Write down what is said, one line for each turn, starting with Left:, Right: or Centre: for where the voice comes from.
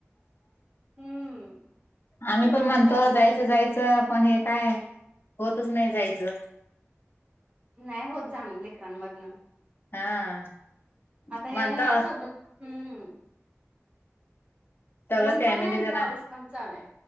Right: हम्म.
Left: आम्ही पण
Right: म्हणलं
Left: म्हणतो
Right: जाऊ
Left: जा''--'' त जायचं पण हे काय
Right: ह
Left: होतच नाही जायचं.
Right: नाय होत जाण लेकरांमधनं.
Left: हा,
Right: आता हे
Left: म्हणतो
Right: उन्हाळा सोबत हम्म,
Left: सगळं
Right: ऊन
Left: फॅमिली
Right: पण आय अन्
Left: जरा
Right: पाऊस पण चालय